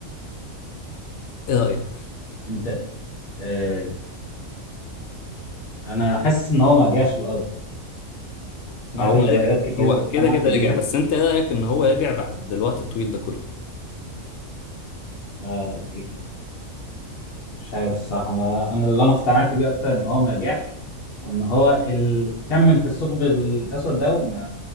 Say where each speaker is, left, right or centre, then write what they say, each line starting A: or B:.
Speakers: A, on the left; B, on the left.
A: ايه رأيك
B: انت آه انا حاسس ان هو ما رجعش الارض سمعت
A: هو
B: نظريات
A: رجع
B: كتير
A: هو
B: واقتنعت
A: كده كده
B: بيها
A: رجع بس انت ايه رأيك ان هو رجع بعد الوقت الطويل ده كله
B: آه مش عارف الصراحة ما أنا اللي أنا اقتنعت بيه أكتر إن هو ما رجعش وإن هو ال... كمل في الثقب الأسود ده وما...